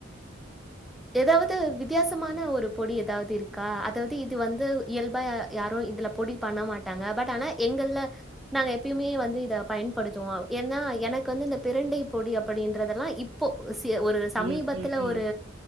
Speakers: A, in the centre; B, on the right.
A: எதாவது வித்தியாசமான ஒரு பொடி எதாவது இருக்கா அதாது இது வந்து இயல்பா யாரு இதுல பொடி பண்ண மாட்டாங்க பட் ஆனா எங்கல்ல நாங்க எப்பயுமே வந்து இத பயன்படுத்துவோ ஏன்னா எனக்கு வந்து இந்த பிரண்டை பொடி அப்டின்றதெல்லா இப் போ சி ஒரு சமீபத்துல
B: ம் ம் ம்
A: ஒரு